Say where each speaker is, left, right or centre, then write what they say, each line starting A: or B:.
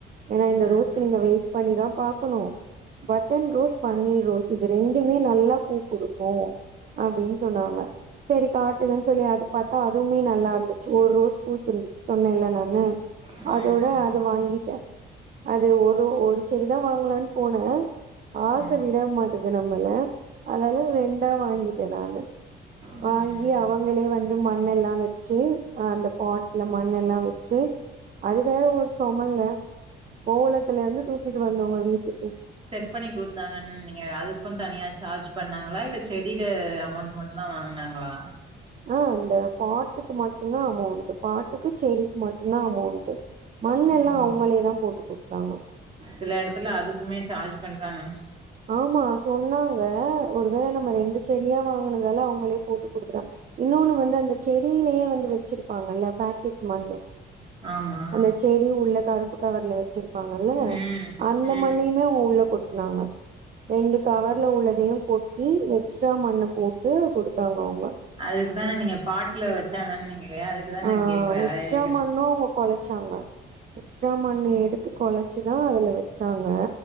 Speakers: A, on the right; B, on the right.
A: ஏன்னா
B: ம்
A: இந்த ரோஸ்க்கு நீங்க வெயிட் பண்ணிதா பாக்கணு பட்டன் ரோஸ் பன்னீர் ரோஸ் இது ரெண்டுமே நல்லா பூ குடுக்கு அப்டின் சொன்னாங்க செரி காட் டுவோன் சொல்லி அது பாத்தா அதுவுமே நல்லா இருந்துச்சு ஒரு ரோஸ் பூத்து இருந்துச்சு சொன்னேல்ல நானு
B: ம்
A: அதோட அது வாங்கிட்டே அது ஒரு ஒரு செடிதா வாங்கலான் போன ஆச
B: ம்
A: விட மாட்டேங் குது நம்மல அதால ரெண்டா வாங்கிட்டே நானு
B: ம்
A: வாங் கி
B: ம்
A: அவங்களே வந்து மண் எல்லா வச்சு அ அந்த பாட்ல மண் எல்லா வச்சு அது வேற ஒரு சொமங்க கோவலத்துல இருந்து தூக்கிட்டு வந்தோங்க வீட்டுக்கு
B: பிக்ஸ் பண்ணி குடுதுட்டாங்கன்னீங்கள அதுக்கு தனியா சார்ஜ் பண்ணாங்களா இல்ல செடில அமௌண்ட் மட்டு தா வாங்னாங்ளா
A: அ இந்த பாட்டுக்கு மட்டுந்தா அமௌண்ட் பாட்டுக்கு செடிக்கு மட்டுந்தா அமௌண்ட்டு மண்
B: ஓ
A: எல்லா அவுங்களே தா போட்டு குடுத்தாங்க
B: சில எடத்துல அதுக்குமே சார்ஜ் பண்றாங்க
A: ஆமா சொன்னாங்க ஒரு வேல நம்ம ரெண்டு செடியா வாங்குனதால அவுங்களே போட்டு குடுத்துட்டாங்க இன்னொன்னு வந்து அந்த செடியிலயே வந்து வச்சிருப்பாங்கல்ல பேக் கெட் மண்ணு
B: ஆமா
A: அந்த செ டி உள்ள கருப்பு கவர்ல வச்சிருப்பாங்கல்ல
B: ம்
A: அந்த
B: ம்
A: மண்ணயுமே அவுங்க உள்ள கொட்னாங்க ரெண்டு கவர்ல உள்ளதையு கொட்டி எக்ஸ்ட்ரா மண்ணு போட்டு குடுத்தாங்க அவுங்க
B: அதுக்கு தான நீங்க பாட்ல வச்சாங்கன்னிங்ளே அதுக்கு தா நா
A: ஆ
B: கேக்குற
A: எக்ஸ்ட்ரா
B: அதே
A: மண்ணு
B: ஸ்
A: அவங்க கொழச்சாங்க எக்ஸ்ட்ரா மண்ணு எடுத்து கொழச்சி தா அதுல வெச்சாங்க